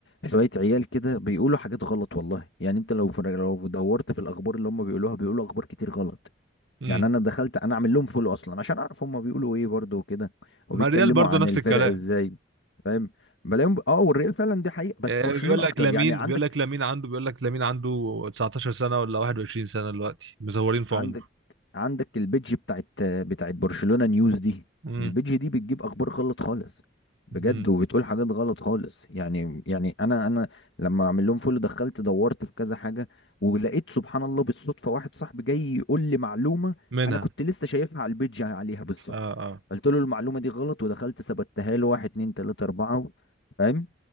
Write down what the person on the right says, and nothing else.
امم
ما الريال برضه
نفس
الكلام
آه،
بيقول لك
لامين
بيقول لك لامين عنده بيقول لك لامين عنده 19 سنه ولا 21 سنه دلوقتي مزورين في
عمره
امم
امم
منها
اه آه.